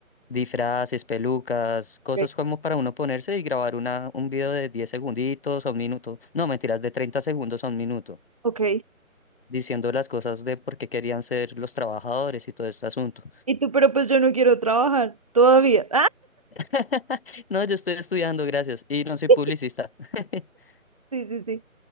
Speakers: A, on the left; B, on the right.
A: disfraces, pelucas, cosas
B: Ok.
A: como para uno ponerse y grabar una, un video de 10 segunditos a un minuto. No, mentiras, de 30 segundos a un minuto,
B: ok.
A: diciendo las cosas de por qué querían ser los trabajadores y todo este asunto.
B: Y tú, pero pues yo no quiero trabajar todavía.
A: <laughs> No, yo estoy estudiando, gracias. Y no soy
B: <laughs>
A: publicista.
B: Ah,
A: <laughs>
B: sí, sí, sí.